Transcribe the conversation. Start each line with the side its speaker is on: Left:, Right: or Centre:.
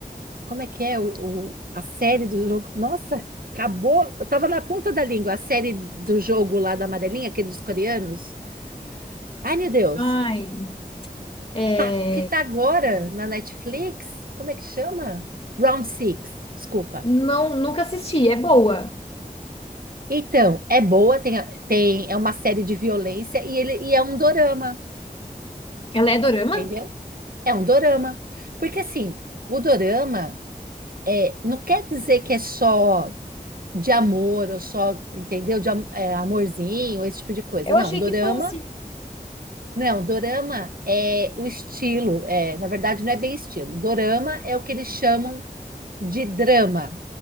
Right: como é que é o, o- a série do jogo? Nossa, acabou, eu tava na ponta da língua, a série do jogo lá da Amarelinha, aquele dos coreanos. Ai, meu Deus.
Left: Ai, é...
Right: tá, que tá agora na Netflix, como é que chama? Round Six, desculpa.
Left: Não, nunca assisti. É boa.
Right: Então, é boa, tem, a- tem, é uma série de violência e ele e é um dorama,
Left: Ela é dorama?
Right: entendeu? É um dorama. Porque assim, o dorama eh, não quer dizer que é só de amor ou só, entendeu? De am- eh, amorzinho, esse tipo de coisa.
Left: Eu
Right: Não,
Left: achei
Right: dorama,
Left: que fosse.
Right: não, dorama é o estilo, é, na verdade não é bem estilo. Dorama é o que eles chamam de drama,